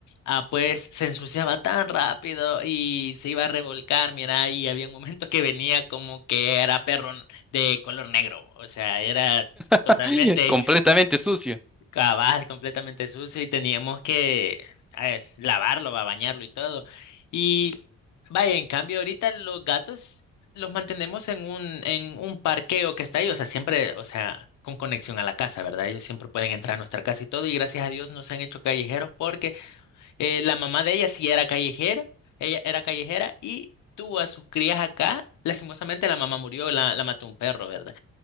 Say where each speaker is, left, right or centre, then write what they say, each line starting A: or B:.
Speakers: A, on the left; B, in the centre.
A: Ah, pues se ensuciaba tan rápido y se iba a revolcar, mira, y había un momento que venía como que era perro n- de color negro, o sea, era
B: <laughs>
A: totalmente
B: Completamente sucio.
A: cabal, completamente sucio y teníamos que eh, lavarlo, va, bañarlo y todo. Y vaya, en cambio ahorita los gatos los mantenemos en un, en un parqueo que está ahí, o sea, siempre, o sea, con conexión a la casa, ¿verdad? Ellos siempre pueden entrar a nuestra casa y todo, y gracias a Dios no se han hecho callejeros porque... Eh, la mamá de ella sí era callejera, ella era callejera y tuvo a sus crías acá. Lastimosamente la mamá murió, la, la mató un perro, ¿verdad?